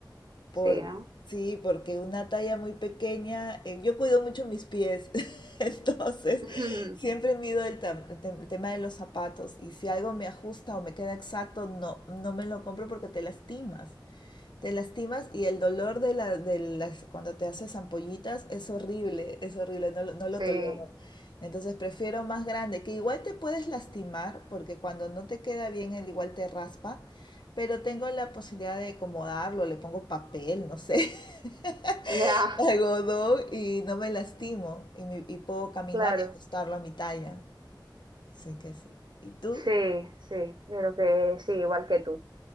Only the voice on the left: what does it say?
Por,
sí, porque una talla muy pequeña, eh, yo cuido mucho mis pies, <laughs> entonces
siempre mido el, tam- el tem- el tema de los zapatos y si algo me ajusta o me queda exacto, no, no me lo compro porque te lastimas. te lastimas y el dolor de, la, de las, cuando te haces ampollitas es horrible, es horrible, no, lo- no lo
tolero. Entonces prefiero más grande, que igual te puedes lastimar, porque cuando no te queda bien, el igual te raspa, pero tengo la posibilidad de acomodarlo, le pongo papel, no sé,
<laughs> algodón y no me lastimo y, me- y puedo caminar
y ajustarlo a mi talla. Así que sí. ¿Y tú?